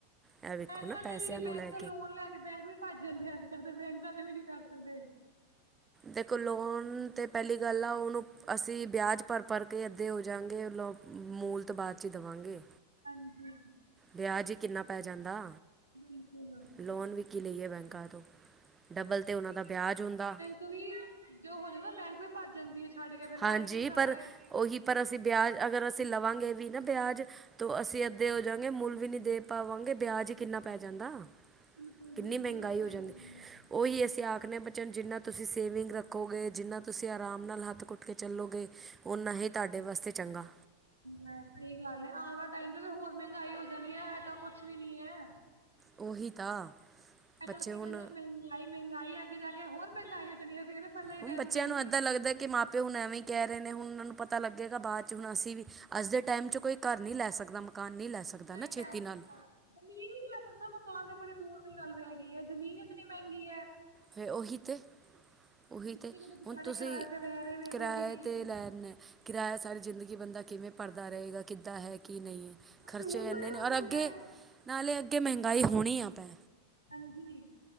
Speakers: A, on the right; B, on the left.
A: ਇਹ ਵੇਖੋ
B: ਬੈਂਕਾਂ
A: ਨਾ ਪੈਸਿਆਂ
B: ਤੇ ਵੀ ਨੀ
A: ਨੂੰ
B: ਬੈਂਕ
A: ਲੈ
B: ਲੋਨ ਲੈ ਕੇ ਬੈਂਕ ਵੀ ਭੱਜ ਜਾਂਦੇ, ਅੱਜ ਕੱਲ ਬੈਂਕਾਂ ਵੀ ਨਹੀਂ ਕਰ ਸਕਦੇ।
A: ਦੇਖੋ ਲੋਨ ਤਾਂ ਪਹਿਲੀ ਗੱਲ ਆ ਉਹਨੂੰ ਅਸੀਂ ਵਿਆਜ ਭਰ ਭਰ ਕੇ ਅੱਧੇ ਹੋ ਜਾਂਗੇ, ਲੋ ਮੂਲ ਤਾ ਬਾਦ ਚ ਹੀ ਦਵਾਂਗੇ।
B: ਹਾਂਜੀ।
A: ਵਿਆਜ ਹੀ ਕਿੰਨਾ ਪੈ ਜਾਂਦਾ।
B: ਬਿਲਕੁਲ।
A: ਲੋਨ ਵਿ ਕੀ ਲਈਏ ਬੈਂਕਾਂ ਤੋਂ, ਡਬਲ ਤੇ ਉਹਨਾਂ ਦਾ ਵਿਆਜ ਹੁੰਦਾ।
B: ਕਵੀ ਜੋ ਹੋ ਜਾ ਨਾ ਬੈਂਕ ਵੀ ਭੱਜ ਜਾਂਦੀ ਐ, ਛੱਡ ਕੇ ਫੇਰ
A: ਹਾਂਜੀ
B: ਬੈਂਕ ਵੀ ਸਾਰੇ
A: ਪਰ ਉਹੀ ਪਰ ਅਸੀਂ ਵਿਆਜ ਅਗਰ ਅਸੀਂ ਲਵਾਂਗੇ ਵੀ ਨਾ ਵਿਆਜ ਤੋਂ ਅਸੀਂ ਅਦ ਦੇ ਹੋ ਜਾਂਗੇ, ਮੂੰਲ ਵੀ ਨੀ ਦੇ ਪਾਵਾਂਗੇ ਵਿਆਜ ਹੀ ਕਿੰਨਾ ਪੈ ਜਾਂਦਾ।
B: ਬਿਲਕੁਲ
A: ਕਿੰਨੀ
B: ਬਿਲਕੁਲ
A: ਮਹਿੰਗਾਈ
B: ਉਹ ਤਾਂ
A: ਹੋ ਜਾਂਦੀ।
B: ਹੈ ਹੀ ਆ
A: ਉਹੀ ਅਸੀਂ ਆਖਨੇ ਹਾਂ ਬੱਚਿਆਂ ਨੂੰ ਜਿੰਨਾ ਤੁਸੀਂ ਸੇਵਿੰਗ ਰੱਖੋਗੇ ਜਿੰਨਾ ਤੁਸੀਂ ਆਰਾਮ ਨਾਲ ਹੱਥ ਕੁੱਟ ਟ ਕੇ ਚੱਲੋਗੇ ਓਨਾ ਹੀ ਤੁਹਾਡੇ ਵਾਸਤੇ ਚੰਗਾ।
B: ਮੈਂ ਸਹੀ ਗੱਲ ਐ, ਆਣ ਵਾਲੇ ਟਾਈਮ ਤੇ ਹੋਰ ਮਹਿੰਗਾਈ ਹੋ ਜਾਣੀ ਐ, ਇਹ ਤਾਂ ਕੁਛ ਵੀ ਨੀ ਐ।
A: ਉਹੀ ਤਾਂ,
B: ਇਹ
A: ਬੱਚੇ
B: ਤਾਂ ਅਸੀਂ
A: ਹੁਣ
B: ਕਹਿੰਦੇ <unintelligible> ਮਹਿੰਗਾਈ ਐ ਅੱਗੇ ਜਾ ਕੇ ਹੋਰ ਮਹਿੰਗ ਹੋ ਜਾਣੀ ਐ, ਅੱਸੀ ਕਹਿੰਦੇ ਪਹਿਲਾਂ ਹੀ
A: ਹੁਣ
B: ਟਾਈਮ
A: ਬੱਚਿਆਂ
B: ਸਹੀ
A: ਨੂੰ
B: ਸੀ
A: ਇੱਦਾਂ ਲੱਗਦਾ ਕਿ ਮਾ ਪਿਓ ਹੁਣ ਐਵੇਂ ਹੀ ਕਹਿ ਰਹੇ ਨੇ ਹੁਣ ਉਹਨਾਂ ਨੂੰ ਪਤਾ ਲੱਗੇਗਾ ਬਾਅਦ ਚ, ਹੁਣ ਅਸੀਂ ਵੀ ਅੱਜ ਦੇ ਟਾਈਮ ਚ ਕੋਈ ਘਰ ਨਈ ਲੈ ਸਕਦਾ, ਮਕਾਨ ਨਈ ਲੈ ਸਕਦਾ।
B: ਨਈ
A: ਨਾ ਛੇਤੀ
B: ਲੈ ਸਕਦਾ।
A: ਨਾਲ
B: ਜ਼ਮੀਨ ਵੀ ਨੀ ਲੈ ਸਕਦਾ ਮਕਾਨ ਤੇ ਬੜੀ ਦੂਰ ਦੀ ਗੱਲ ਰੈ ਗਈ ਐ। ਜ਼ਮੀਨ ਇਤਨੀ ਮਹਿੰਗੀ ਐ।
A: ਫਿਰ ਉਹੀ ਤੇ ਉਹੀ
B: ਪਿੱਛੇ
A: ਤੇ,
B: ਜਿਹੜੇ ਵਿਚਾਰੇ
A: ਹੁਣ ਤੁਸੀਂ
B: ਕਿਰਾਏ ਤੇ ਰਹਿ ਰਹੇ ਨੇ
A: ਕਿਰਾਏ
B: ਉਹੀ ਠੀਕ
A: ਤੇ
B: ਨੇ
A: ਲੈਨ- ਕਿਰਾਇਆ ਸਾਰੀ ਜ਼ਿੰਦਗੀ ਬੰਦਾ ਕਿਵੇਂ ਭਰਦਾ ਰਹੇਗਾ। ਕਿੱਦਾਂ ਹੈ ਕੀ ਨਈ ਐ। ਖਰਚੇ
B: ਰੂਲ
A: ਇੰਨੇ
B: ਬੜੇ
A: ਨੇ, ਔਰ
B: ਹੁੰਦੇ
A: ਅੱਗੇ
B: ਆ
A: ਨਾਲੇ ਅੱਗੇ ਮਹਿੰਗਾਈ ਹੋਣੀ ਆ ਪੈ
B: ਹਾਂਜੀ,